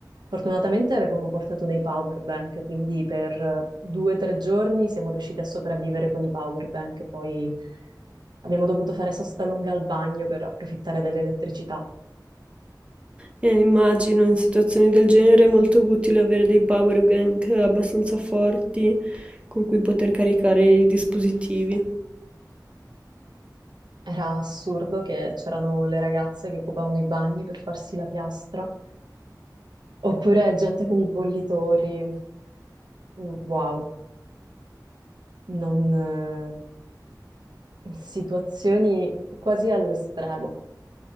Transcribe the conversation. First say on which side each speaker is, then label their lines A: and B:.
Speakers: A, on the right; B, on the right.
A: Fortunatamente avevamo portato dei power bank, quindi per eh, due o tre giorni siamo riusciti a sopravvivere con i power bank, poi abbiamo dovuto fare sosta lunga al bagno per approfittare dell'elettricità.
B: E immagino in situazioni del genere è molto utile avere dei power bank abbastanza forti con cui poter caricare i dispositivi.
A: Era assurdo che c'erano le ragazze che occupavano i bagni per farsi la piastra, oppure gente con i bollitori. Mm, Wow, non, eh, in situazioni quasi all'estremo.